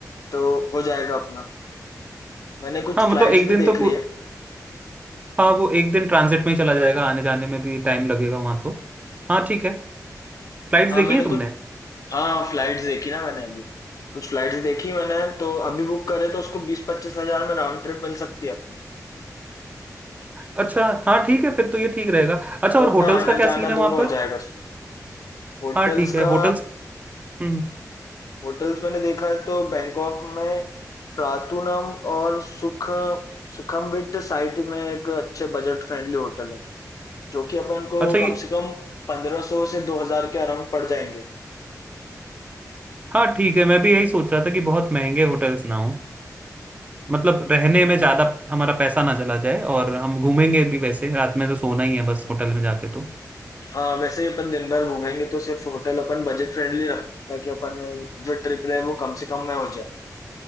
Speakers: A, on the left; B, on the right.
A: तो हो जाएगा अपना मैंने कुछ
B: हाँ
A: फ्लाइट्स
B: मतलब एक
A: भी
B: दिन
A: देख
B: तो
A: ली
B: पू-
A: है
B: हाँ वो एक दिन ट्रांजिट में ही चला जाएगा आने जाने में भी टाइम लगेगा वहाँ तो हाँ ठीक है फ्लाइट्स
A: हाँ
B: देखी
A: मैंने
B: हैं तुमने
A: कुछ हाँ फ्लाइट्स देखी ना मैंने अभी कुछ फ्लाइट्स देखी मैंने तो अभी बुक करे तो उसको बीस पच्चीस हजार में राउंड ट्रिप मिल सकती है अपन को
B: अच्छा हाँ ठीक है फिर तो ये ठीक रहेगा अच्छा
A: तो
B: और
A: अपना
B: होटल्स
A: आना
B: का क्या
A: जाना
B: सीन है वहाँ
A: दोनों हो
B: पर
A: जाएगा उसमें होटल्स
B: हाँ ठीक है
A: का
B: होटल्स हम्म
A: होटल्स मैंने देखा है तो बैंकॉक में ट्रातुनम और सुख सुखमविट साइट में एक अच्छे बजट फ्रेंडली होटल है जो कि अपन को
B: अच्छा ये
A: कम से कम 1500 से 2000 के अराउंड पड़ जाएंगे
B: हाँ ठीक है मैं भी यही सोच रहा था कि बहुत महंगे होटल्स ना हो मतलब रहने में ज़्यादा हमारा पैसा ना चला जाए और हम घूमेंगे भी वैसे रात में तो सोना ही है बस होटल में जाके तो
A: हाँ वैसे ही अपन दिन भर घूमेंगे तो सिर्फ होटल अपन बजट फ्रेंडली रखते हैं ताकि अपन जो ट्रिप रहे वो कम से कम में हो जाए